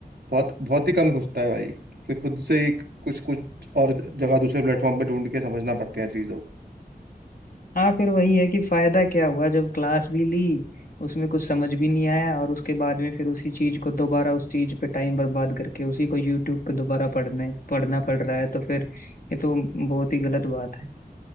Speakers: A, on the right; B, on the left.
A: बहुत बहुत ही कम घुसता है भाई फिर खुद से ही कुछ कुछ और जगह दूसरे प्लेटफॉर्म पे ढूंढ के समझना पड़ती है चीजों को
B: हाँ फिर वही है कि फायदा क्या हुआ जब क्लास भी ली उसमें कुछ समझ भी नहीं आया और उसके बाद में फिर उसी चीज को दोबारा उस चीज पे टाइम बर्बाद करके उसी को यूट्यूब पे दोबारा पढ़ने पढ़ना पड़ रहा है तो फिर ये तो बहुत ही गलत बात है